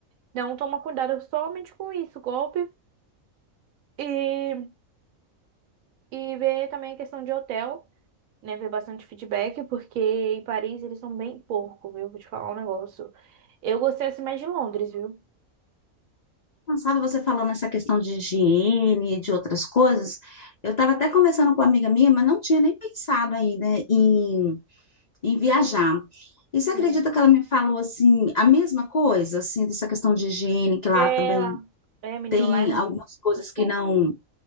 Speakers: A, on the right; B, on the left.
A: Então toma cuidado somente com isso, golpe. E, e ver também a questão de hotel, né? Ver bastante feedback, porque em Paris eles são bem porco, viu? Vou te falar um negócio. Eu gostei assim mais de Londres, viu?
B: Cansada você falando essa questão de higiene, e de outras coisas. Eu estava até conversando com uma amiga minha, mas não tinha nem pensado ainda em, em viajar. E você acredita
A: Sim.
B: que ela me falou assim, a mesma coisa, assim, dessa questão de higiene, que lá
A: É
B: também
A: lá. É, menino,
B: tem
A: lá é muito
B: algumas coisas que
A: porco.
B: não,